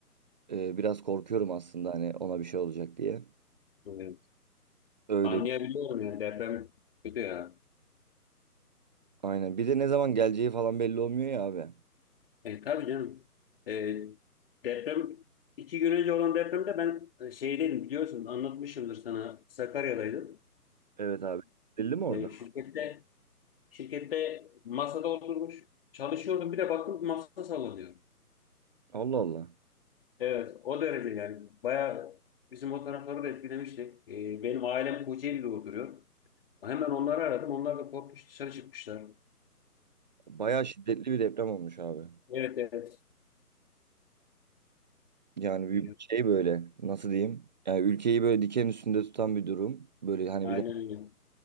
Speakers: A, on the right; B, on the left.
A: eee, biraz korkuyorum aslında hani ona bir şey olacak diye.
B: evet.
A: Öyle
B: Anlayabiliyorum
A: bir-
B: ya deprem kötü ya.
A: aynen. Bir de ne zaman geleceği falan belli olmuyor ya abi.
B: E, tabii canım. E, deprem iki gün önce olan depremde ben e, şeydeydim biliyorsun anlatmışımdır sana Sakarya'daydım.
A: Evet abi. Belli mi orada?
B: E, şirkette şirkette masada oturmuş çalışıyordum bir de baktım masa sallanıyor.
A: Allah Allah.
B: Evet o derece yani bayağı bizim o tarafları da etkilemişti. E, benim ailem Kocaeli'de oturuyor. Hemen onları aradım onlar da korkmuş dışarı çıkmışlar.
A: Bayağı şiddetli bir deprem olmuş abi.
B: Evet evet.
A: Yani bir
B: Evet,
A: şey böyle nasıl diyeyim? Yani ülkeyi böyle diken üstünde tutan bir durum. Böyle hani
B: Aynen
A: bir de
B: öyle.